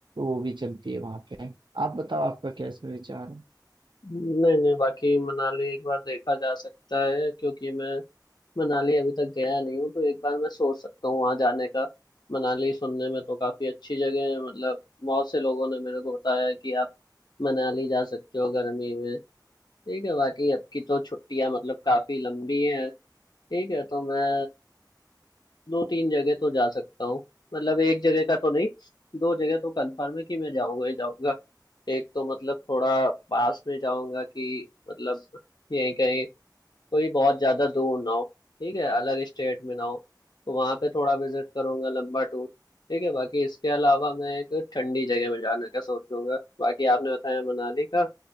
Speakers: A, on the right; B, on the left.
A: वो भी चलती है वहाँ पे आप बताओ आपका क्या इसमें विचार है
B: नहीं नहीं बाकी मनाली एक बार देखा जा सकता है क्योंकि मैं मनाली अभी तक गया नहीं हूँ तो एक बार मैं सोच सकता हूँ वहाँ जाने का मनाली सुनने में तो काफी अच्छी जगह है मतलब बहुत से लोगों ने मेरे को बताया है कि आप मनाली जा सकते हो गर्मी में ठीक है बाकी अब की तो छुट्टियां मतलब काफी लंबी है ठीक है तो मैं दो तीन जगह तो जा सकता हूँ मतलब एक जगह का तो नहीं दो जगह तो कंफर्म है कि मैं जाऊंगा ही जाऊंगा एक तो मतलब थोड़ा पास में जाऊंगा कि मतलब यहीं कहीं कोई बहुत ज्यादा दूर ना हो ठीक है अलग स्टेट में ना हो तो वहां पे थोड़ा विजिट करूंगा लंबा टूर ठीक है बाकी इसके अलावा मैं एक ठंडी जगह में जाने का सोचूंगा बाकी आपने बताया मनाली का